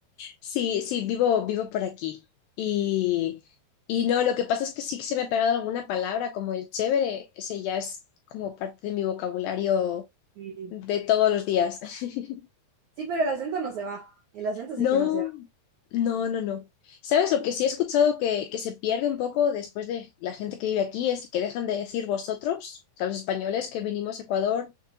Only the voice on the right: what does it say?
Sí,
Sí, pero el acento no se va, el acento
sí que no se va.